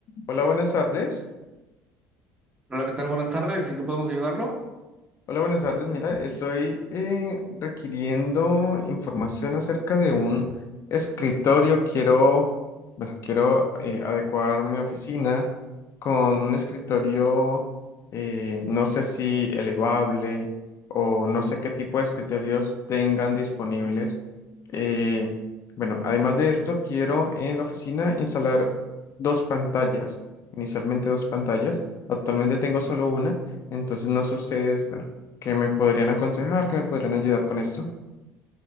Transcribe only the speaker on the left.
Hola, buenas tardes.
Hola, buenas tardes. Mira, estoy eh, requiriendo información acerca de un escritorio. Quiero, bueno, quiero eh, adecuar mi oficina con un escritorio, eh, no sé si elevable o no sé qué tipo de escritorios tengan disponibles. Eh, bueno, además de esto, quiero en la oficina instalar dos pantallas, inicialmente dos pantallas. Actualmente tengo solo una. Entonces, no sé ustedes, bueno, ¿Qué me podrían aconsejar? ¿Qué me podrían ayudar con esto?